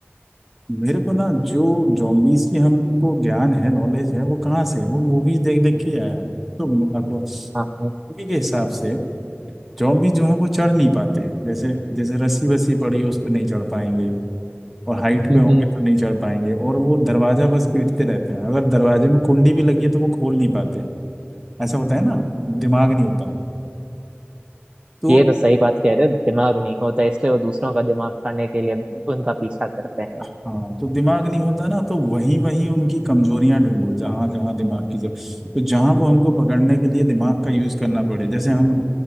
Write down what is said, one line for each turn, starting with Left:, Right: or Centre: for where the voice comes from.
Centre: मेरे को ना जो जोम्बीज की हमको ज्ञान है नॉलेज है वो कहाँ से है वो मूवीज देख देख के आया है तो मूवी
Right: हाँ
Centre: के हिसाब से जोम्बी जो है वो चढ़ नहीं पाते जैसे जैसे रस्सी वस्सी पड़ी है उस पर नहीं चढ़ पाएंगे और हाइट
Right: हम्म
Centre: पे होंगे तो नहीं चढ़ पाएंगे और वो दरवाजा बस पीटते रहते हैं अगर दरवाजे में कुंडी भी लगी है तो वो खोल नहीं पाते ऐसा होता है ना दिमाग नहीं होता तो
Right: ये तो सही बात कह रहे हो दिमाग नहीं होता इसलिए वो दूसरों का दिमाग खाने के लिए उनका पीछा करते हैं
Centre: हाँ तो दिमाग नहीं होता ना तो वहीं वहीं उनकी कमजोरियां ढूंढो जहां जहां दिमाग की जरूरत तो जहां वो हमको पकड़ने के लिए दिमाग का यूज करना पड़े जैसे हम